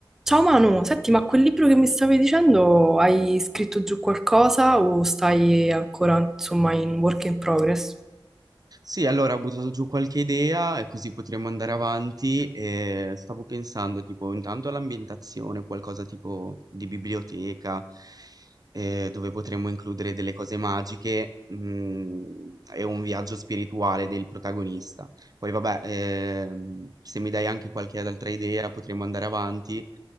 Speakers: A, in the centre; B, on the right.
A: Ciao Manu, senti, ma quel libro che mi stavi dicendo, hai scritto giù qualcosa o stai ancora, insomma, in work in progress?
B: Sì, allora ho buttato giù qualche idea e così potremmo andare avanti e stavo pensando tipo intanto all'ambientazione, qualcosa tipo di biblioteca eh, dove potremmo includere delle cose magiche mm, e un viaggio spirituale del protagonista. Poi vabbè, ehm, se mi dai anche qualche altra idea potremmo andare avanti